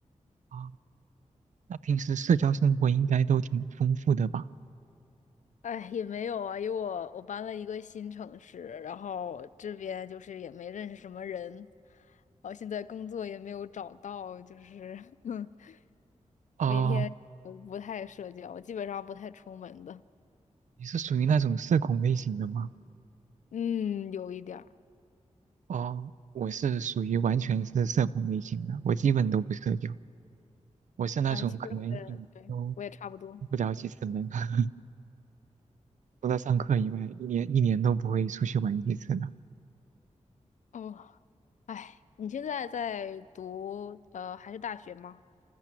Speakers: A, on the right (about 85°); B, on the left (about 80°).
A: 啊，那平时社交生活应该都挺丰富的吧？
B: 哎，也没有啊，因为我我搬了一个新城市，然后这边就是也没认识什么人，然后现在工作也没有找到，就是 <laughs>
A: 哦，
B: 每天呃不太社交，基本上不太出门的。
A: 你是属于那种社恐类型的吗？
B: 嗯，有一点儿。
A: 哦，我是属于完全是社恐类型的，我基本都不社交。我是那种可能一年都
B: 哎，其实我也对，我也差不多。
A: 出不了几次门，<laughs> 除了上课以外，一年一年都不会出去玩几次的。
B: 哦，哎，你现在在读呃还是大学吗？